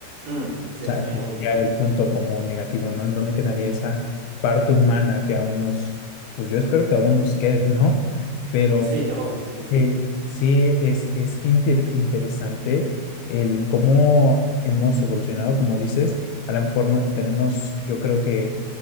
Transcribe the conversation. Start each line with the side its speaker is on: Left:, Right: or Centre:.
Right: Mm, sí,
Left: O sea,
Right: sí,
Left: ese
Right: obvio.
Left: sería el punto como negativo, ¿no? ¿En dónde quedaría esa parte humana que aún nos, pues yo espero que aún nos quede, ¿no?
Right: <laughs>
Left: Pero
Right: Sí, obvio, sí, sí,
Left: eh, sí es, es inter- interesante el cómo hemos evolucionado, como dices, a lo mejor no tenemos, yo creo que